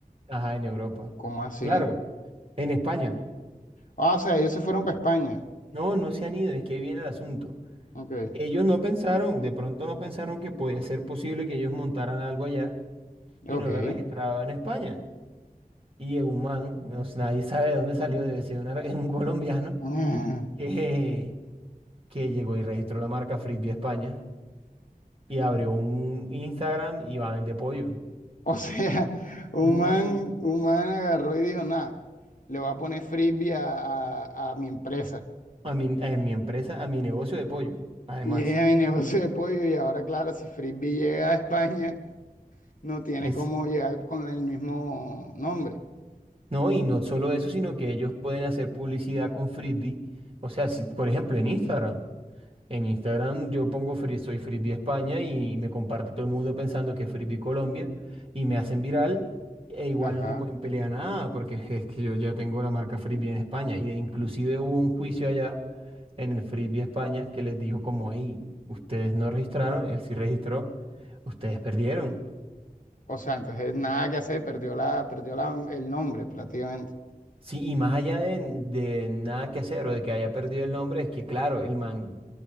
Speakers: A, on the right; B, on the left.
A: ajá, en Europa.
B: ¿cómo así?
A: Claro, en España.
B: Ah, o sea, ellos se fueron para España.
A: No, no se han ido, es que ahí viene el asunto.
B: Ok,
A: Ellos no pensaron, de pronto no pensaron que podía ser posible que ellos montaran algo allá y
B: ok.
A: no la registraban en España. Y llegó un man, no s- nadie sabe de dónde salió, debe ser una- <laughs> un colombiano,
B: <laughs>
A: que, que llegó y registró la marca Frisbee España. y abrió un Instagram y va a vender pollo.
B: O sea, un
A: Ujú.
B: man, un man agarró y dijo, nada, le voy a poner frisbee a, a- a mi empresa.
A: A mi, a mi empresa, a mi negocio de pollo, además.
B: Y es mi negocio de pollo y ahora, claro, si frisbee llega a España, no tiene
A: Es,
B: cómo llegar con el mismo nombre.
A: no, y no solo eso, sino que ellos pueden hacer publicidad con Frisbee. O sea, si, por ejemplo, en Instagram. En Instagram yo pongo Fri- soy Frisbee España y me comparte todo el mundo pensando que es Frisbee Colombia y me hacen viral e igual
B: Ajá.
A: no me pueden pelear nada porque <laughs> es es que yo ya tengo la marca Frisbee en España y de, inclusive hubo un juicio allá en el Frisbee España que les dijo como, hey, ustedes no registraron, él sí registró, ustedes perdieron.
B: O sea, entonces nada que hacer, perdió la, perdió la, el nombre prácticamente.
A: Sí, y más allá de, de nada que hacer o de que haya perdido el nombre, es que claro, el man